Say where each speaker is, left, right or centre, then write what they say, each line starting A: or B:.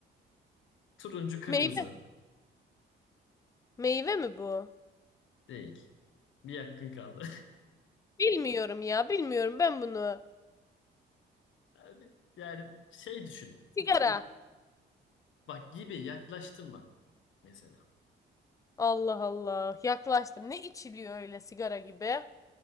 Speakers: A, on the left; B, on the left.
A: Turuncu kırmızı
B: Meyve. Meyve mi bu?
A: değil. Bir yakın kaldı.
B: Bilmiyorum ya. Bilmiyorum ben bunu.
A: <laughs> Abi, Yani şey düşün.
B: Sigara.
A: Bir bak gibi yaklaştın bak mesela.
B: Allah Allah. Yaklaştım. Ne içiliyor öyle sigara gibi?